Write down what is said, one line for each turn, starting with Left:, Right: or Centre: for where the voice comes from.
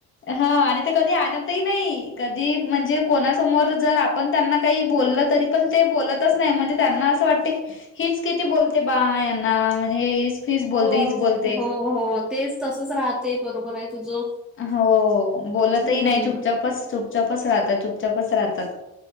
Left: हा, आणि ते कधी आणतही नाही, कधी म्हणजे कोणासमोर जर आपण त्यांना काही बोललं तरी पण ते बोलतच नाही, म्हणजे त्यांना असं वाटत की, हीच किती बोलते बा, यांना म्हणजे हीच बोलते
Centre: हो,
Left: हीच
Centre: हो
Left: बोलते
Centre: हो, हो, तेच तसच राहते, बरोबर आहे तुझं.
Left: हो, बोलतही
Centre: हम्म.
Left: नाही, चुपचापच, चुपचापच राहतात. चुपचापच राहतात.